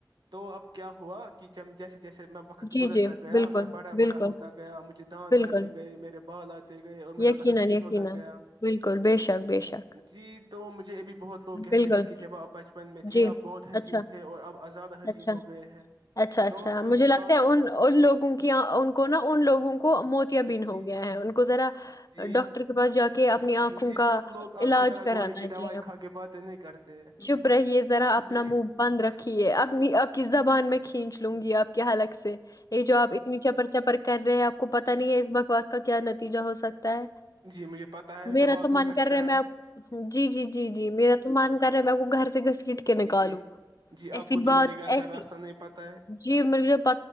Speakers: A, on the right; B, on the left.
A: تو اب کیا ہوا کی چمچا جیسے میں وقت
B: جی
A: گزر
B: جی
A: گیا
B: بالکل
A: میں بڑا بڑا
B: بالکل
A: ہوتا گیا مجھے دانت
B: بالکل
A: آتے گئے میرے بال آتے گئے اور میں زیادہ
B: یقینا
A: حسین
B: یقینا
A: ہوتا گیا
B: بالکل بے شک بے شک
A: جی تو مجھے یہب بہت لوگ کہتے
B: بالکل
A: ہیں کہ جب آپ بچپن میں تھے
B: جی
A: اب بہت حسین
B: اچھا
A: تھے اور اب آزادہ حسین
B: اچھا
A: ہو گئے ہیں
B: اچھا اچھا
A: تو میں ان کی بات
B: <unintelligible> ان کی ان کو نا ان لوگوں کو موتیاں بین
A: جی
B: ہو گیا ہے ان کو ذرا
A: جی
B: ڈاکٹر کے پاس جاتے کہ اپنی آنکھوں
A: جی
B: کا
A: سب لوگ
B: علاج
A: آپ کی طرح
B: کرانا
A: گھوڑے کی
B: چاہیے
A: دوائی کھا کے باتیں نہیں کرتے
B: چپ رہیے ذرا اپنا
A: جی
B: منہ بند رکھیے اپنی آپ کی زبان میں کھینچ لوں گی آپ کے حالک سے یہ جو آپ اتنی چپر چپر کر رہے ہیں آپ کو پتا
A: جی
B: نہیں ہے اس بک واس کا کیا نتیجہ ہو سکتا ہے
A: جی مجھے پتا ہے
B: میرا
A: وواد
B: تو
A: ہو
B: من
A: سکتا
B: کر رہا میں جی جی جی جی میرا تو من کر رہا میں کو گھر سے گھسیٹ کے نکالوں
A: جی جی
B: ایسی
A: آپ کو تو
B: بات
A: میرے گھر
B: ایسی
A: کا راستہ نہیں پتہ ہے
B: جی مطلب